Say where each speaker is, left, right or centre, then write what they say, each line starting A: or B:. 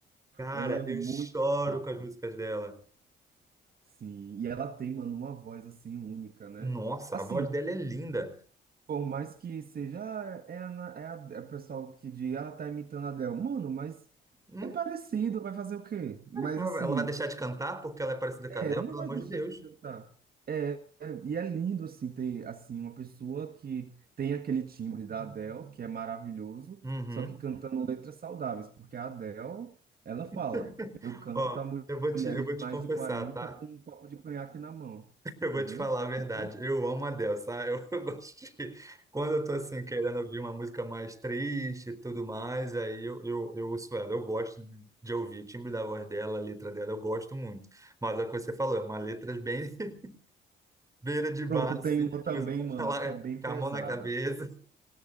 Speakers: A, on the right; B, on the right.
A: Cara,
B: Ela é muito
A: eu choro
B: massa.
A: com as músicas dela.
B: Sim, e ela tem, mano, uma voz assim única, né?
A: Nossa,
B: Assim,
A: a voz dela é linda.
B: Por mais que seja, ah, é, a, Ana- é, a, é o pessoal que diz, ah, tá imitando a Adele. Mano, mas
A: Hum?
B: é parecido, vai fazer o quê? Mas
A: Ela
B: assim,
A: vai deixar de cantar porque ela é parecida
B: ela
A: com a Adele, pelo
B: não vai
A: amor
B: deixar
A: de Deus.
B: de cantar. É, é- e é lindo, assim, ter, assim, uma pessoa que tem aquele timbre da Adele, que é maravilhoso,
A: Uhum.
B: só que cantando letras saudáveis, porque a Adele, ela fala,
A: <laughs>
B: eu canto
A: Ó,
B: para
A: eu vou te,
B: mulheres
A: eu vou
B: de
A: te
B: mais
A: confessar,
B: de 40
A: tá?
B: com um
A: <laughs>
B: copo de conhaque na mão,
A: Eu
B: entendeu?
A: vou te falar a verdade.
B: Tipo isso.
A: Eu amo a Adele, sabe? Eu, <laughs> eu gosto de... Quando eu tô assim, querendo ouvir uma música mais triste e tudo mais, aí eu, eu, eu ouço ela. Eu gosto de ouvir o timbre da voz dela, a letra dela, eu gosto muito. Mas é o que você falou, é uma letra bem <laughs> beira de bar,
B: Pronto,
A: assim,
B: tem uma
A: que
B: também,
A: você pode
B: mano,
A: falar
B: que é bem
A: com
B: pesada.
A: a mão na cabeça.